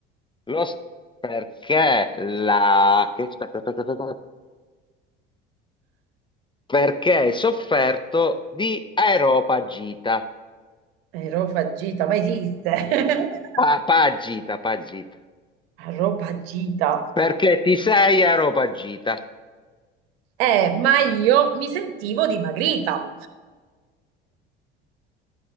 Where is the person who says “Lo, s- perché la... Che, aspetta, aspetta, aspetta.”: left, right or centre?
Left